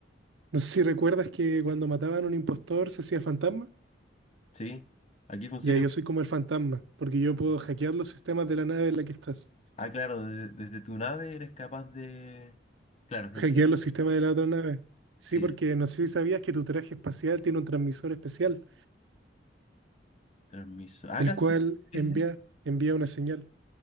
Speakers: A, on the right; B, on the left.
A: No sé si recuerdas que cuando mataban a un impostor se hacía fantasma.
B: Sí, aquí funciona
A: Ya, yo
B: igual.
A: soy como el fantasma, porque yo puedo hackear los sistemas de la nave en la que estás.
B: Ah, claro, de- desde, tu nave eres capaz de... Claro, entiendo.
A: Hackear los sistemas de la otra nave. Sí,
B: Sí,
A: porque no sé si sabías que tu traje espacial tiene un transmisor especial,
B: transmiso. Ah,
A: el
B: Acá está.
A: cual
B: Sí,
A: envía,
B: sí, sí.
A: envía una señal.